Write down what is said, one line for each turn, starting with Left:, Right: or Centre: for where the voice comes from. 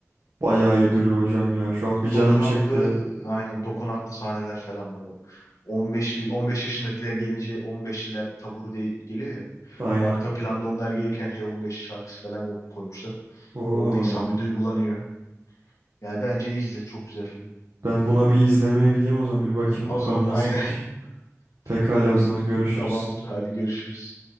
Right: Bayağı iyi duruyor hocam ya. Şu an bir canım
Left: Dokunaklı
Right: çekti.
Left: aynen dokunaklı sahneler falan var o. 15 15 yaşındakiler gelince 15'liler taburu diye geliyor ya.
Right: Aynen.
Left: Arka planda onlar gelirken H15 şarkısı falan koymuşlar.
Right: Oo.
Left: Orada insan bir duygulanıyor. Yani bence izle çok güzel film.
Right: Ben buna bir izlemeye gideyim o zaman. Bir bakayım
Left: Hı,
Right: bakalım
Left: O zaman
Right: nasılmış.
Left: aynen. <laughs>
Right: Pekala
Left: Hadi
Right: o zaman görüşürüz.
Left: tamamdır. Hadi görüşürüz.